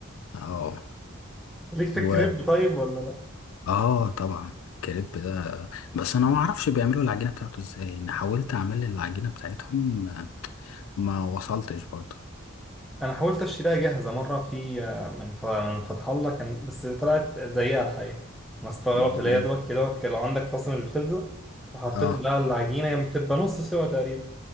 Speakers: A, on the left; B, in the centre.
A: اه
B: <laughs> ليك في
A: و
B: الكريب طيب ولا لا
A: اه طبعا الكريب ده بس أنا ما أعرفش بيعملوا العجينة بتاعته إزاي أنا حاولت أعمل العجينة بتاعتهم آه، ما وصلتش برضه
B: انا حاولت اشتريها جاهزه مره في آه، من ف- من فتح الله كان بس طلعت زيها الحقيقه انا استغربت
A: بجد
B: اللي هي دوت كده دوت لو عندك طاسه مش بتلزق وحطيت
A: اه
B: لها العجينه هي بتبقى نص سوا تقريبا